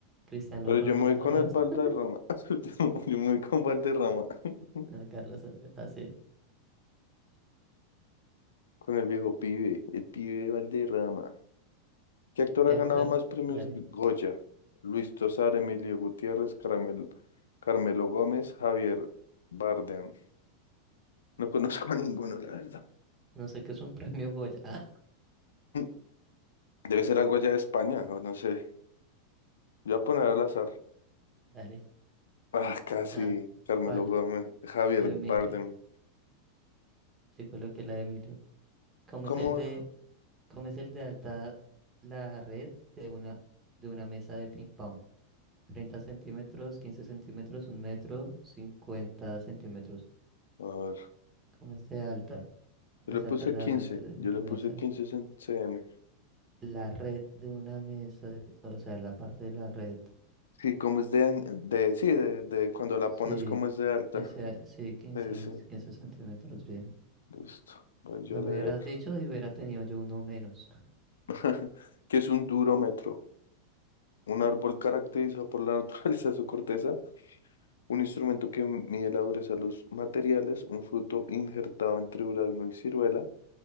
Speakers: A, on the right; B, on the left.
A: Cristiano
B: Pero
A: Ronaldo
B: yo me voy con
A: no
B: el
A: es.
B: Valderrama.
A: <laughs>
B: <laughs> Yo no, yo me voy con Valderrama. <laughs>
A: No, Carlos Alve- Ah, sí.
B: Con el viejo pibe, el pibe de Valderrama. ¿Qué actor
A: ¿Qué
B: ha ganado
A: actor?
B: más premios
A: Dale.
B: Goya? Luis Tosar, Emilio Gutiérrez, Caramel- Carmelo Gómez, Javier Bardem. No conozco a ninguno, la verdad.
A: No sé qué es un premio Goya. <laughs> Ah,
B: <laughs> Debe ser algo allá de España, o no sé. Yo voy a poner al azar.
A: dale.
B: Ah, casi.
A: Ah,
B: Carmelo
A: ¿cuál?
B: Gómez, Javier
A: Yo Emilio.
B: Bardem.
A: Yo coloqué la de Emilio. ¿Cómo
B: ¿Cómo?
A: es el de,
B: A
A: cómo es el de alta la red de una, de una mesa de ping pong? 30 centímetros, 15 centímetros, un metro, 50 centímetros.
B: ver,
A: ¿Cómo es de alta? ¿Cómo
B: yo le
A: es
B: puse
A: de alta la
B: 15.
A: red de
B: yo
A: una
B: le puse
A: mesa?
B: 15 cen- cm.
A: La red de una mesa, de pi- o sea, la parte de la red.
B: Sí, como es de, an- de sí, de, de cuando la
A: Sí,
B: pones como es de alta.
A: 15, sí, quince
B: Sí, sí,
A: mes- 15 centímetros, bien.
B: listo. Voy yo
A: No
B: a
A: me
B: leer.
A: hubieras dicho y hubiera tenido yo uno menos.
B: <laughs> ¿Qué es un durómetro? Un árbol caracterizado por la <laughs> naturaleza de su corteza, un instrumento que mide la dureza de los materiales, un fruto injertado entre durazno y ciruela,